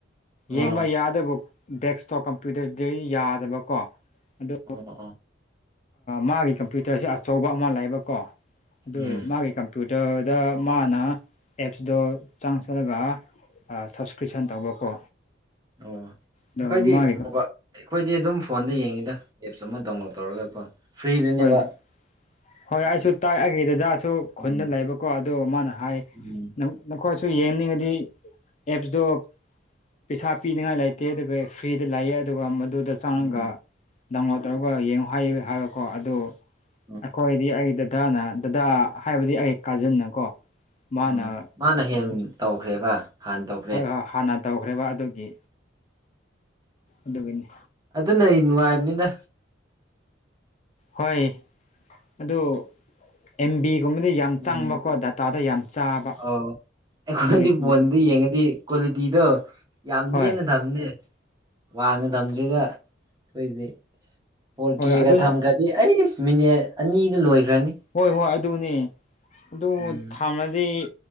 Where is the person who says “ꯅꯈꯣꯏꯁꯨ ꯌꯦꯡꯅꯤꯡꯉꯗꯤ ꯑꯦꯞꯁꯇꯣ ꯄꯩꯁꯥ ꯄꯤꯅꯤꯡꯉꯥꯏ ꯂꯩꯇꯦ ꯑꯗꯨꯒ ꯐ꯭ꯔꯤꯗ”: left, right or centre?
Left